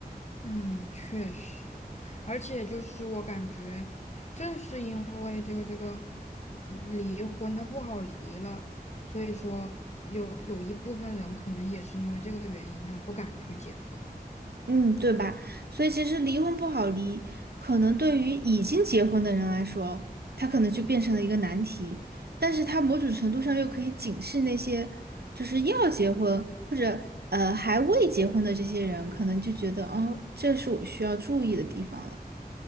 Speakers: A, on the left; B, on the right.
A: 嗯，确实，而且就是我感觉，正是因为这个这个嗯离婚，它不好离了，所以说有有一部分人可能也是因为这个原因，他不敢去结婚。
B: 嗯，对吧？所以其实离婚不好离，可能对于已经结婚的人来说，他可能就变成了一个难题，但是他某种程度上又可以警示那些就是要结婚或者呃还未结婚的这些人，可能就觉得哦，这是我需要注意的地方了。